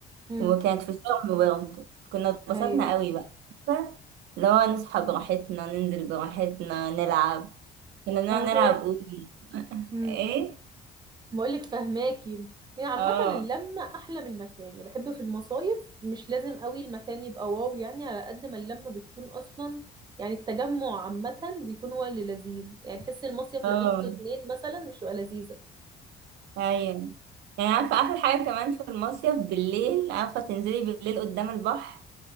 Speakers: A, on the right; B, on the right.
A: امم
B: وكانت في شرم برضه كنا اتبسطنا
A: ايوه
B: قوي بقى عارفة؟ اللي هو نصحى براحتنا ننزل براحتنا نلعب كنا نقعد
A: فهماكي
B: نلعب أونو <laughs>
A: امم
B: ايه
A: بقول لك فهماكي يعني عامه
B: اه
A: اللمه احلى من المكان يعني بحب في المصايف مش لازم قوي المكان يبقى واو يعني على قد ما اللمه بتكون اصلا يعني التجمع عامه بيكون هو اللي لذيذ يعني تحس المصيف
B: اه
A: لو انتوا اتنين مثلا مش هتبقى لذيذه
B: ايوه يعني عارفة احلى حاجة كمان في المصيف بالليل عارفة تنزلي بالليل قدام البحر